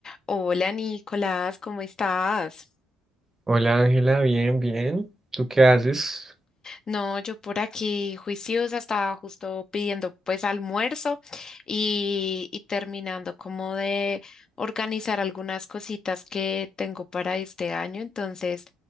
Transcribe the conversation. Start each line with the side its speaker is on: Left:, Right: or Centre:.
Left: Hola Nicolás, ¿cómo estás?
Right: Hola Ángela, bien, bien. ¿Tú qué haces?
Left: No, yo por aquí juiciosa estaba justo pidiendo pues almuerzo y, y terminando como de organizar algunas cositas que tengo para este año, entonces